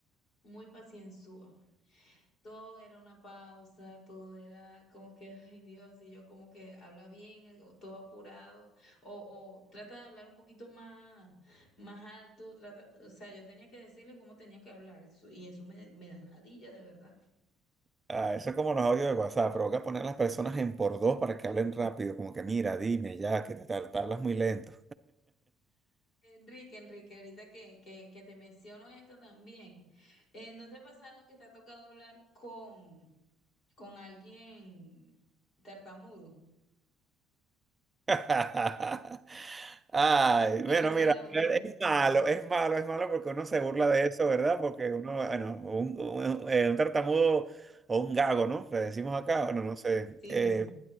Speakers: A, on the left (about 55°); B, on the right (about 20°).
A: Muy pacienzúa. Todo era una pausa, todo era como que, ay Dios, y yo como que habla bien, eh, o todo apurado, o, o trata de hablar un poquito más, más alto, trata, o sea, yo tenía que decirle cómo tenía que hablar, eso- y eso me, me da ladilla de verdad.
B: Ah, eso es como los audios de WhatsApp, provoca poner a las personas en por dos para que hablen rápido, como que mira, dime ya, que te, te hablas muy lento.
A: Enrique, Enrique, ahorita que, que, que te menciono esto también, eh, ¿no te ha pasado que te ha tocado hablar con, con alguien tartamudo?
B: <laughs> Ay,
A: Dicen que
B: bueno,
A: no soy
B: mira,
A: la única.
B: es malo, es malo, es malo porque uno se burla de eso, ¿verdad? Porque uno, bueno, un, un- eh, un tartamudo o un gago, ¿no? Le decimos acá, bueno, no sé.
A: Sí,
B: eh,
A: sí, sí.